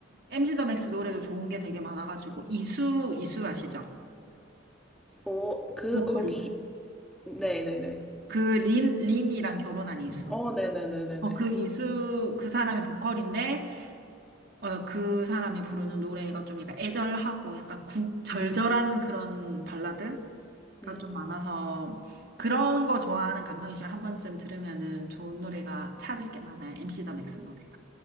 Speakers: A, on the right (about 55°); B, in the centre.
A: MC 더 맥스 노래도 좋은 게 되게 많아가지고 이수 이수 아시죠?
B: 어, 그,
A: 보컬
B: 거기,
A: 이수.
B: 네네네.
A: 그 린 린이랑 결혼한 이수.
B: 어, 네네네네네.
A: 어, 그 이수 그 사람이 보컬인데 어, 그 사람이 부르는 노래가 좀 약간 애절하고 약간 구, 절절한
B: 음,
A: 그런 발라드가
B: 음,
A: 좀 많아서 그런 거 좋아하는 감성이시면 한 번쯤 들으면은 좋은 노래가 찾을 게 많아요. MC 더 맥스
B: 음.
A: 노래가.